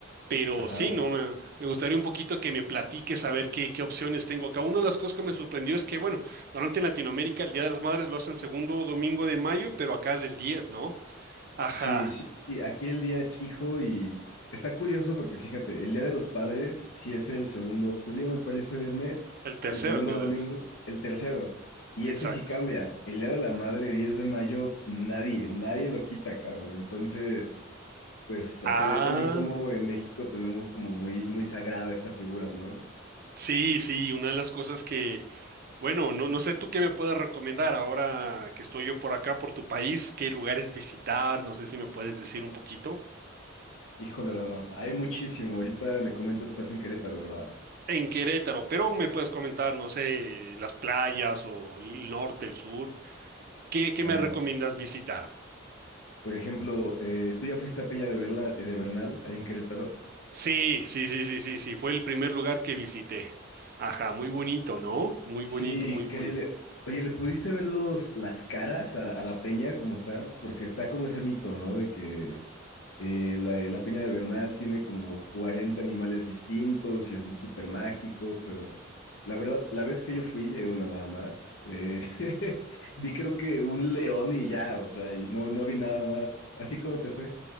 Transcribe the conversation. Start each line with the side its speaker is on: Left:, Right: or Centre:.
Right: pero
Left: Ajá.
Right: sí, ¿no? Me, me gustaría un poquito que me platiques a ver qué, qué opciones tengo acá. Una de las cosas que me sorprendió es que, bueno, normalmente en Latinoamérica el Día de las Madres lo hacen segundo domingo de mayo, pero acá es el diez, ¿no? Ajá,
Left: Sí, sí, sí, sí, aquí el día es fijo y está curioso porque fíjate, el Día de los Padres, sí es el segundo julio, me parece, del mes,
Right: el tercero,
Left: el segundo
Right: creo.
Left: domingo, el tercero, y
Right: Exacto.
Left: ese sí cambia. El Día de la Madre, 10 de mayo, nadie, nadie lo quita, cabrón. Entonces, pues se
Right: Ah,
Left: ve también como en México tenemos como muy, muy sagrada esta figura, ¿no?
Right: Sí, sí, una de las cosas que, bueno, no, no sé tú qué me puedes recomendar ahora que estoy yo por acá, por tu país, qué lugares visitar, no sé si me puedes decir un poquito.
Left: Híjole, hermano, hay muchísimo. Ahorita me comentas, estás en Querétaro, ¿verdad?
Right: En Querétaro, pero me puedes comentar, no sé, las playas o el norte, el sur. ¿Qué,
Left: Claro.
Right: qué me recomiendas visitar?
Left: Por ejemplo, eh, ¿tú ya fuiste a Peña de, Berla- de Bernal, ahí en Querétaro?
Right: Sí, sí, sí, sí, sí, sí, fue el primer lugar que visité. Ajá, muy bonito, ¿no? Muy
Left: Sí,
Right: bonito, muy
Left: increíble.
Right: bonito.
Left: Oye, ¿le pudiste ver los, las caras a, a la Peña como tal? Porque está como ese mito, ¿no? De que eh, la, la Peña de Bernal tiene como 40 animales distintos y es súper mágico, pero la verdad, la vez que yo fui, eh, una nada más, eh, <laughs> vi creo que un león y ya, o sea, y no, no vi nada más. ¿A ti cómo te fue?